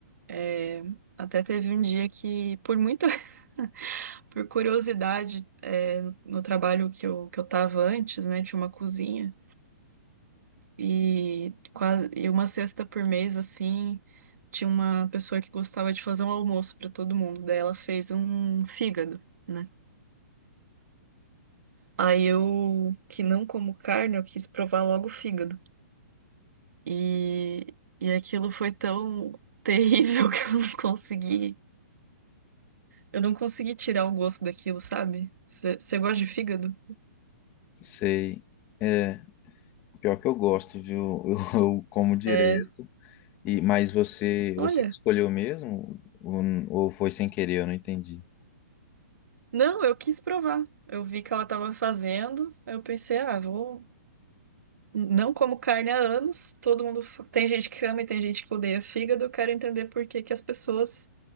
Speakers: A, on the right; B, on the left.
A: É, até teve um dia que, por muita, <laughs> por curiosidade, é, no, no trabalho que eu, que eu tava antes, né, tinha uma cozinha e, quase, e uma sexta por mês, assim, tinha uma pessoa que gostava de fazer um almoço para todo mundo. Daí ela fez um fígado, né? Aí eu, que não como carne, eu quis provar logo o fígado. E, e aquilo foi tão terrível <laughs> que eu não consegui. Eu não consegui tirar o gosto daquilo, sabe? Você gosta de fígado?
B: Sei. É, pior que eu gosto, viu? <laughs> Eu, eu como direto.
A: É,
B: E, mas você,
A: olha.
B: você que escolheu mesmo? Ou, ou foi sem querer? Eu não entendi.
A: Não, eu quis provar. Eu vi que ela tava fazendo, aí eu pensei, ah, vou. Não como carne há anos, todo mundo. fa- Tem gente que ama e tem gente que odeia fígado, eu quero entender por que que as pessoas